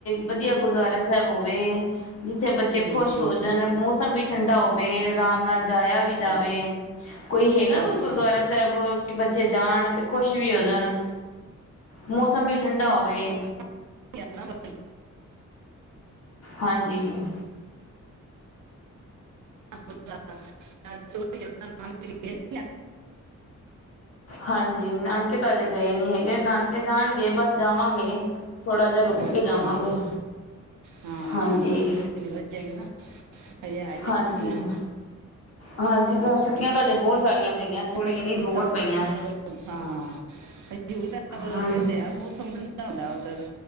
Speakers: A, on the left; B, on the right.
A: ਵਧੀਆ ਗੁਰਦੁਆਰਾ ਸਾਹਿਬ, ਹੋਵੇ ਜਿੱਥੇ ਬੱਚੇ
B: ਹਮ,
A: ਖੁਸ਼। ਹੋ ਜਨ। ਮੌਸਮ ਵੀ ਠੰਡਾ ਹੋਵੇ, ਆਰਾਮ ਨਾਲ ਜਾਇਆ ਵੀ ਜਾਵੇ।
B: ਅੱਛਾ
A: ਕੋਈ ਹੈਗਾ ਕੋਈ
B: ਅੱਛਾ
A: ਗੁਰਦੁਆਰਾ। ਸਾਹਿਬ ਕਿ ਬੱਚੇ ਜਾਣ ਤੇ ਖੁਸ਼ ਵੀ ਹੋ ਜਾਣ। ਮੌਸਮ ਵੀ ਠੰਡਾ ਹੋਵੇ।
B: <unintelligible>
A: ਹਾਂਜੀ।
B: ਅੱਛ <unintelligible> ਹ <unintelligible>
A: ਹਾਂਜੀ, ਨਾਨਕੇ ਤਾਂ ਅਜੇ ਗਏ ਨੀ ਹੈਗੇ। ਨਾਨਕੇ ਜਾਣਗੇ ਬਸ ਜਾਵਾਂਗੇ ਥੋੜਾ ਜਿਹਾ। ਰੁਕ
B: ਅੱਛਾ
A: ਕੇ ਜਾਵਾਂਗੇ।
B: ਹਾਂ
A: ਹਾਂਜੀ।
B: ਗਰਮੀ ਥੋੜੀ ਵਧ ਜਾਏਗੀ ਨਾ। ਹਜੇ ਆਈ ਹੈ
A: ਹਾਂਜੀ
B: ਛੁਟੀਆਂ।
A: ਹਾਂਜੀ, ਛੁੱਟੀਆਂ ਤਾਂ ਅਜੇ ਬਹੁਤ ਸਾਰੀਆਂ ਪਈਆਂ। ਥੋੜੀ
B: ਹਜੂਰ
A: ਨੀ ਬਹੁਤ
B: ਸਾਹਿਬ
A: ਪਈਆਂ।
B: ਹਾਂ ਸਾਹਿਬ
A: ਹਾਂਜੀ।
B: ਕਹਿੰਦੇ ਆ, ਮੌਸਮ ਕਿ ਬਹੁਤ ਠੰਡਾ ਹੁੰਦਾ ਉਧਰ।